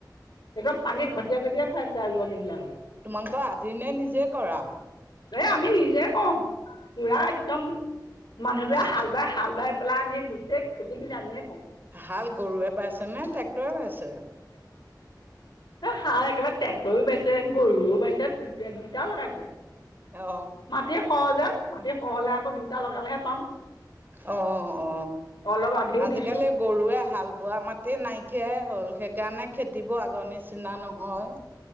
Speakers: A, on the left; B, on the right.
A: এইয়া পানী ঘটীয়া ঘটিয়াই খাই আছে ৰুৱনী বিলাক
B: তোমালোকৰ আধি নে নিজে কৰা।
A: এই আমি নিজে কওঁ। পুৰা একদম মানুহটোৱে
B: হা
A: হাল বাই হাল বাই পেলাই আমি গোটেই খেতি খিনি আমিয়ে কৰওঁ।
B: ভাল গৰুৱে পাইছেনে ট্ৰেক্টৰে পাইছে।
A: সাৰ একেবাৰে ট্ৰেক্টৰো বাইছে গৰুও বাইছে দু দুইটাও লগাইছো আৰু-
B: অ
A: মাটি সহজ যে মাটি খৰহ হলে আকৌ দুইটা লগালেহে পাম।
B: অ অ
A: অলপ আধিও
B: আজিকালি
A: দিছোঁ
B: গৰুৱে হাল বোৱা মাটি নাইকিয়াই হ'ল সেইকাৰণে খেতিবোৰ আগৰ নিচিনা নহয়।